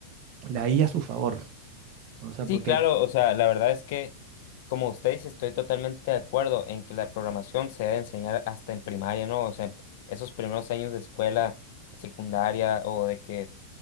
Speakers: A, on the right (about 40°); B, on the left (about 60°).
A: la IA a a su favor. O sea, porque
B: Sí, claro, o sea, la verdad es que, como usted dice, estoy totalmente de acuerdo en que la programación se debe enseñar hasta en primaria, ¿no? O sea, esos primeros años de escuela secundaria o de que